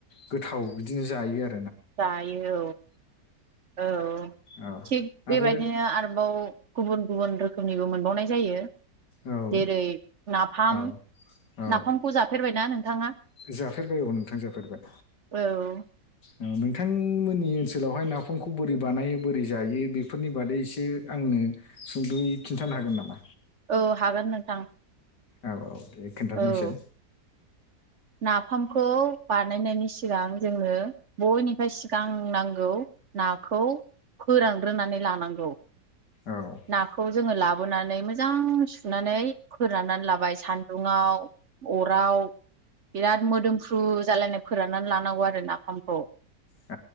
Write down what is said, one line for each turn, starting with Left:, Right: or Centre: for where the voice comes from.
Left: गोथाव बिदिनो जायो आ
Right: जायो औ औ।
Left: औ
Right: थिग
Left: आरो
Right: बेबादिनो आरोबाव गुबुन गुबुन रोखोमनिबो मोनबावनाय जायो।
Left: औ
Right: जेरै नाफाम।
Left: औ औ
Right: नाफामखौ जाफेरबायना नोंथाङा?
Left: जाफेरबाय औ नोंथां जाफेरबाय।
Right: औ
Left: अ नोंथांमोननि ओनसो सोलावहाय नाफामखौ बोरै बानायो बोरै जायो बेफोरनि बादै एसे आंनो सुंद'यै खिन्थाला हागोन नामा?
Right: औ हागोन नोंथां।
Left: औ औ दे खोनथानायसाय।
Right: औ नाफामखौ बानायनायनि सिगां जोङो बयनिफाय सिगां नांगौ नाखौ फोरानग्रोनानै लानांगौ।
Left: औ
Right: नाखौ जोङो लाबोनानै मोजां सुनानै फोराननानै लाबाय सान्दुङाव अराव बेराद मोदोमफ्रु जालायनाय फोराननानै लानांगौ आरो नाफामखौ।
Left: औ